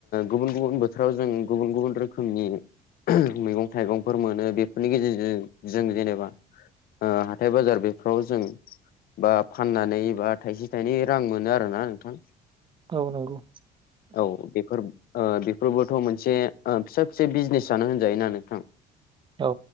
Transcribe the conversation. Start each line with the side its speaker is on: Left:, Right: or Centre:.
Left: गुबुन गुबुन बोथोराव जों गुबुन गुबुन रोखोमनि मैगं-थाइगंफोर मोनो बेफोरनि गेजेरजों जों जेनेबा ओ हाथाय-बाजार बेफ्राव जों बा फाननानै बा थाइसे थाइनै रां मोनो आरो ना नोंथां
Right: औ नंगौ।
Left: औ बेफोर ओ बेफोरबोथ' मोनसे फिसा फिसा बिजनेस जानो होनजायोना नोंथां
Right: औ